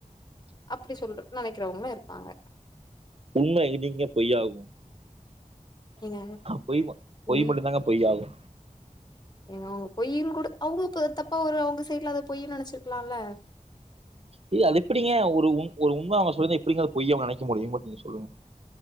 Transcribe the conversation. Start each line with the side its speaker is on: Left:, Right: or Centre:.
Left: அப்டி சொல்ற நெனக்கிறவங்ளு இருப்பாங்க
Right: உண்ம என்னக்கிங்க பொய்யாகு
Left: ஏங்க
Right: பொய் ம பொய்
Left: உண்
Right: மட்டுந்தாங்க பொய் ஆகு
Left: ஏங்க அவ்ங்க பொய்யின் கூட அவுங்குளுக்கு தப்பா ஒரு அவுங்க சைட்ல அத பொய்யின் நெனச்சிருக்லால்ல
Right: இல்ல அது எப்டிங்க ஒரு உண் ஒரு உம்ம அவுங்க சொல்லிருந்தா எப்டிங்க அது பொய் அவ்ங்க நெனக்க முடியும் மட் நீங்க சொல்லுங்க